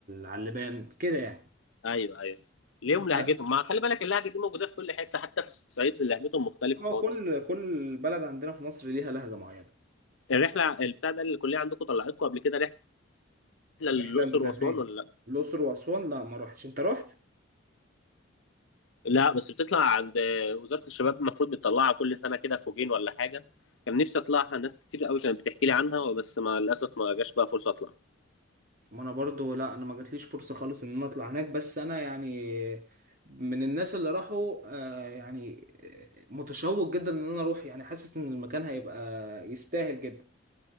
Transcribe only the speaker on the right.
على اللبان كده يعني
أما-
اه
كل كل بلد عندنا في مصر ليها لهجة معينة
احنا اللي
فين
الأقصر وأسوان لا ما روحتش انت روحت
ما انا برضو لا انا ما جاتليش فرصة خالص ان انا اطلع هناك بس انا يعني من الناس اللي راحوا آه، يعني آه، متشوق جدا ان انا اروح يعني حاسس ان المكان هيبقى يستاهل جدا